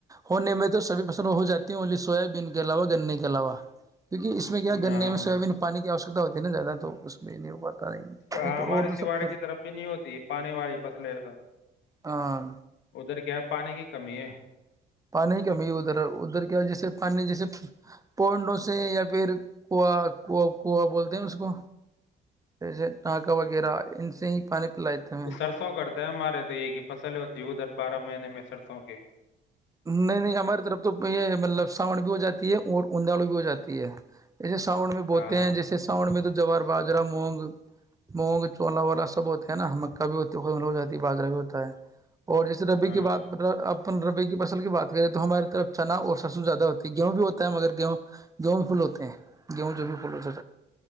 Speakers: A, on the right (about 15°); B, on the left (about 75°).
A: ہونے میں تو سھی پسند ہو جاتی ہیں انلی سویا بین کے علاوہ گننے کے علاوہ کیونکہ اس میں کیا گے
B: ہاں
A: میں سویابین پانی کیو ہوتی نا زیادہ تو اس میں نہیں ہو پتا نہیں
B: ہاں
A: تو
B: ہمارے
A: اور تو سب
B: سواڑ کی طرف بھی نہیں ہوتی پانی والی پتلے تو
A: ہاں
B: ادھر کیا پانی کی کمی ہے
A: پانی کمی ادھر ادھر کیا جیسے پانی جیسے پونڈوں سے یا پھر کوا کا کوا بولتے ہیں اس کو جیسے ٹانکا وغیرہ ان سے ہی پانی لائیتے میں
B: سرسوں کرتے ہمارے تو یہ ہی فصلیں ہوتی ادھر بارہ مہینے میں سرسوں کی
A: نہیں نہیں ہماری طرف تو مطلب سان بھی ہو جاتی ہے اور اندھڑو بھی ہو جاتی ہے جیسے سانڈ میں بولتے
B: ہاں
A: ہیں جیسے سانڈ میں تو جوار باجرا مونگ مونگ چولا و والا سب ہوتے ہے ن ہمکہ بھی ہو تو ختم ہو جاتی ہے باجا بھی ہوتا ہے اور جیس ربی
B: ہاں
A: کی بات اپن رب بس ل کی بات کریں تو ہماراری طرف چنا اور سسو زیادہ ہوتی ہے گیہوں بھی ہوتا ہے مگر گیہوں گیہوں بھی پھول ہوتے ہیں گیہوں جو بھی فھول ہوتا